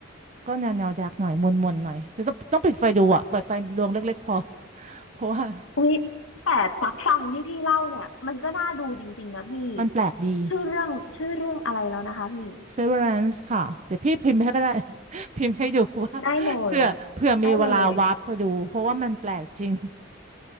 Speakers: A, on the right; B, on the left.
A: ก็แนวแนวดาร์กหน่อยมนมนหน่อยจะต้องต้องปิดไฟดูอ่ะเปิดไฟดวงเล็กๆพอ <laughs> เพราะว่า
B: อุ๊ยแต่ตักฟังที่พี่เล่าเนี่ยมันก็น่าดูจริงๆนะพี่
A: มันแปลกดี
B: ชื่อเรื่องชื่อเรื่องอะไรแล้วนะคะพี่
A: Severance ค่ะเดี๋ยวพี่พิมพ์ให้ก็ได้ <laughs> พิมพ์ให้ดูว่าเสื้อเผื่อมีเวลาวาร์ปไปดู
B: ได้เลยได้เลย
A: เพราะว่ามันแปลกจริง